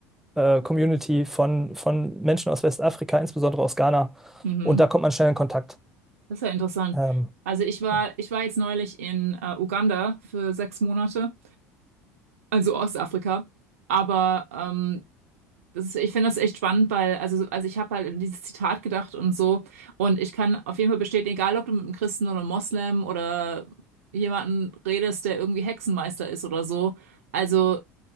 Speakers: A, in the centre; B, on the right (about 80°).
A: äh, Community von, von Menschen aus Westafrika, insbesondere aus Ghana.
B: Mhm.
A: Und da kommt man schnell in Kontakt.
B: Das ist ja interessant.
A: Ähm,
B: Also ich war,
A: genau.
B: ich war jetzt neulich in äh, Uganda für sechs Monate, also Ostafrika. Aber ähm, das ist, ich finde das echt spannend, weil, also, also ich habe halt an dieses Zitat gedacht und so. Und ich kann auf jeden Fall bestätigen, egal ob du mit einem Christen oder einem Moslem oder jemanden redest, der irgendwie Hexenmeister ist oder so. Also